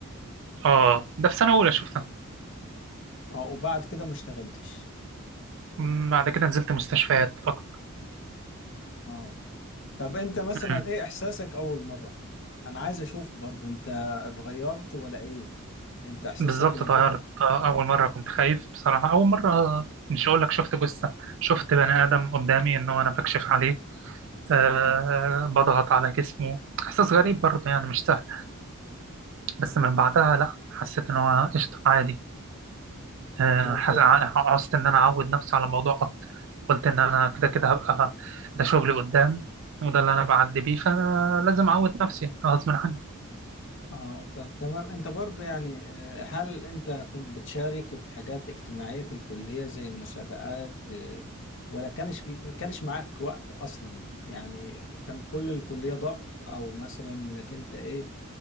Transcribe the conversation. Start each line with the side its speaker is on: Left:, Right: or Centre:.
Right: اه ده في سنة أولى شفتها
Left: آه وبعد كده ما اشتغلتش
Right: مم، بعد كده نزلت مستشفيات أكتر
Left: آه طب انت مثلا
Right: مم.
Left: ايه احساسك اول مرة انا عايز اشوف برضو انت اتغيرت ولا ايه انت احساسك
Right: بالظبط
Left: انك
Right: اتغيرت
Left: انت
Right: آه، أول مرة كنت خايف بصراحة أول مرة مش هقول لك شفت جثة شفت بني آدم قدامي إن هو أنا بكشف عليه أه
Left: اه
Right: بضغط على جسمه إحساس غريب برضه يعني مش سهل بس من بعدها لأ حسيت إن هو قشطة عادي آه،
Left: طب
Right: حس- ع- عوزت إن أنا أعود نفسي على الموضوع أكتر قلت إن أنا كده كده هبقى ده شغلي قدام وده اللي أنا بعدي بيه فأنا لازم أعود نفسي غصب عني
Left: اه طب تمام انت برضو يعني آه، هل انت كنت بتشارك في حاجات اجتماعية في الكلية زي المسابقات آه، ولا كانش كانش معاك وقت اصلا يعني كان كل الكلية ضغط او مثلا انك انت ايه